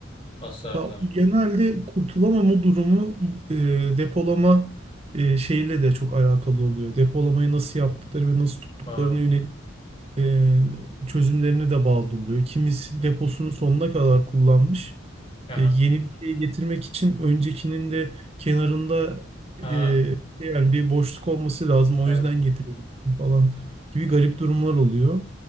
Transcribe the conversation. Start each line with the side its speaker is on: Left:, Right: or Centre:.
Left: hasarlar.
Right: Ya, Genelde kurtulamama durumu e, depolama e, şeyle de çok alakalı oluyor. Depolamayı nasıl
Left: Hı
Right: yaptıkları
Left: hı.
Right: ve nasıl tuttuklarına
Left: Ha.
Right: yönelik e, çözümlerine de bağlı oluyor. Kimisi
Left: Hı hı.
Right: deposunu sonuna kadar kullanmış.
Left: Aha.
Right: E, yeni bir şey getirmek için öncekinin de kenarında e,
Left: Ha.
Right: yani bir boşluk olması lazım. O
Left: Evet.
Right: yüzden getiriyorsun falan gibi garip durumlar oluyor.